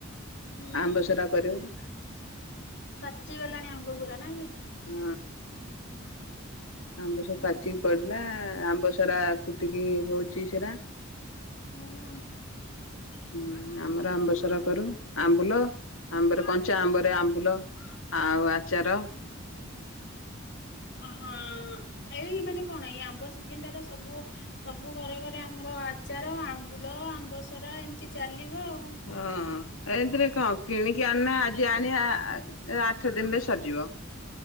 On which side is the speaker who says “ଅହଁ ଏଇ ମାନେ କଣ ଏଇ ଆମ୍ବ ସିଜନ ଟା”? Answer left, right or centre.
Left